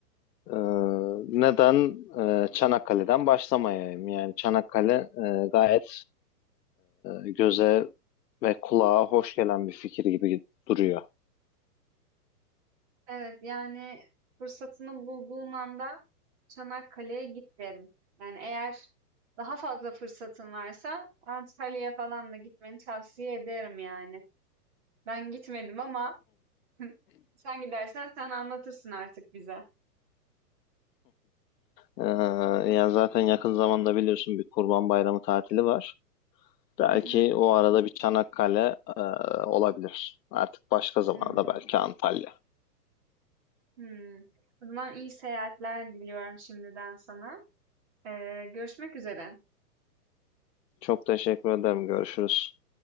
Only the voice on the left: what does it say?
E, neden e, Çanakkale'den başlamayayım? Yani Çanakkale e, gayet e, göze ve kulağa hoş gelen bir fikir gibi duruyor.
Ee, yani zaten yakın zamanda biliyorsun bir Kurban Bayramı tatili var. Belki
o arada bir Çanakkale e, olabilir. Artık başka zamanda
belki Antalya.
Çok teşekkür ederim. Görüşürüz.